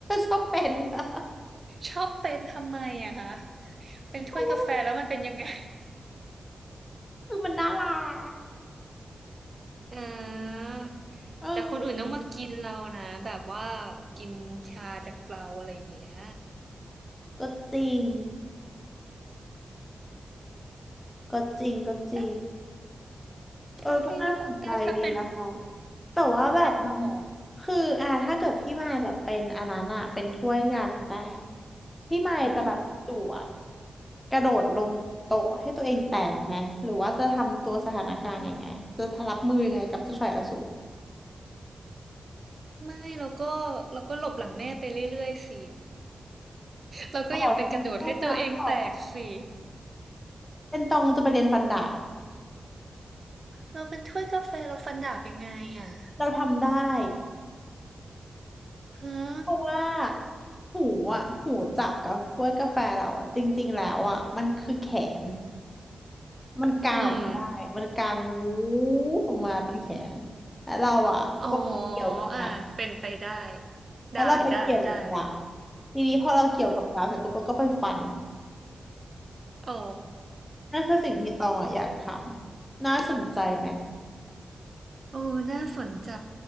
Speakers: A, on the left (about 15°); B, on the right (about 50°).
A: ชอบเป็นนะ <laughs>
B: ชอบเป็นทำไมอะคะเป็นถ้วยกาแฟแล้วมันเป็นยังไง
A: เพราะว่าคือมันน่ารัก
B: เออ
A: เออ
B: แต่คนอื่นต้องมากินเรานะแบบว่ากินชาจากเราอะไรอย่างเงี้ย
A: ก็จริงก็จริงก็จริง
B: ถ้า
A: เออก็น่าสนใจดีนะคะ
B: ถ้าให้เลือกได้ถ้าเป็น
A: แต่ว่าแบบมัน
B: เป็นของ
A: คืออ่าถ้าเกิดพี่มายแบบเป็นอันนั้นอะเป็นถ้วยกากาแฟอะพี่มายจะแบบจั่ว
B: อืม
A: กระโดดลงโต๊ะให้ตัวเองแตกไหมหรือว่าจะทำตัวสถานการณ์ยังไงจะรับมือยังไงกับเจ้าชายอสูร
B: ไม่เราก็เราก็หลบหลังแม่ไปเรื่อยๆสิเราก็อย่าไปกระโดดให้ตัวเองแตกสิ
A: อ๋อทำแค่นั้นเหรอเป็นตองจะไปเรียนฟันดาบ
B: เราเป็นถ้วยกาแฟเราฟันดาบยังไงอ่ะ
A: เราทำได้
B: ฮะ
A: เพราะว่าหูอ่ะหูจับกับถ้วยกาแฟเราอ่ะจริงๆแล้วอ่ะมันคือแขน มันกางออกมาได้มันกางวู
B: อืม
A: บออกมาเป็นแขนแล้วเราอ่ะก็ไปเกี่ยวกับดาบ
B: อ๋ออ่ะเป็นไปได้
A: แล้วเราไปเกี่ยวกับดาบ
B: ได้ได้ได้
A: ทีนี้พอเราเกี่ยวกับดาบเสร็จปุ๊บเราก็ไปฟัน
B: อ๋อ
A: นั่นคือสิ่งที่ตองอ่ะอยากทำน่าสนใจไหม
B: เออน่าสนใจ